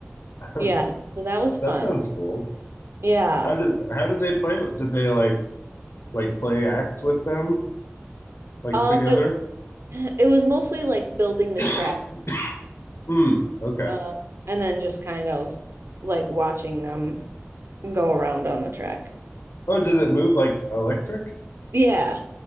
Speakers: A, on the left; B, on the right.
A: <laughs>
B: Yeah, so that was fun.
A: That sounds cool.
B: Yeah.
A: How did how did they play with did they like like play act with them like
B: Um
A: together?
B: it, <clears throat> it was mostly like building the
A: <clears throat>
B: track
A: Hmm. Okay.
B: um and then just kind of like watching them go around on the track.
A: Oh, does it move like electric?
B: Yeah.